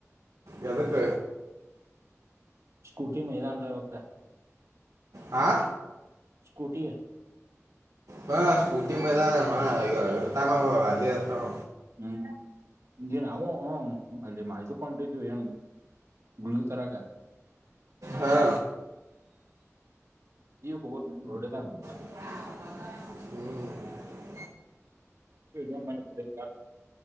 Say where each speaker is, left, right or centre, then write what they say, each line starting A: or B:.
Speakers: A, on the right; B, on the right.
A: ಯದಕ್ಕ.
B: ಸ್ಕೂಟಿ ಮೈದಾನದಲ್ಲಿ ಹೊತ್ತ.
A: ಹಾ.
B: ಸ್ಕೂಟಿ.
A: ಹಾ ಸ್ಕೂಟಿ ಮೈದಾನ ಈಗ ಇರ್ತಾನ ಅದೇ ಇರ್ತಾವ.
B: ಹ್ಮ್ ನಾವು ಹ ಅಲ್ಲಿ ಇದುಕ್ಕೆ ಹೊಂಟೀದ್ವಿ. ಗುಳ್ಗಿಲಿ ತರಕ್ಕಾ.
A: ಹಾ
B: ಈಗ ಹೋಗೋದು <unintelligible>
A: <inaudible>
B: <unintelligible>